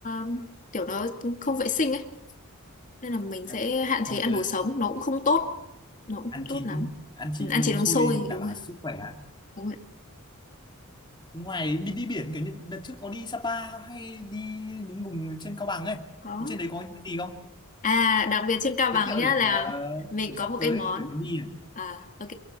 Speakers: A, on the left; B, on the left.
A: ờ, kiểu nó không vệ sinh ấy nên là mình
B: à,
A: sẽ hạn chế
B: thôi
A: ăn
B: cứ
A: đồ sống nó cũng không tốt nó cũng
B: ăn
A: không tốt
B: chín
A: lắm
B: ăn chín
A: ừ, ăn chỉ
B: uống
A: uống
B: sôi
A: sôi
B: đảm
A: đúng
B: bảo
A: rồi
B: sức khỏe
A: đúng rồi
B: ngoài đi đi biển kiểu như đợt trước có đi Sapa hay đi những vùng trên Cao Bằng ấy
A: có
B: trên đấy có những cái gì không
A: à đặc biệt trên Cao Bằng
B: giới thiệu
A: nhá
B: để
A: là
B: ờ,
A: mình
B: để
A: có
B: sắp
A: một
B: tới
A: cái món
B: để mình đi
A: à ok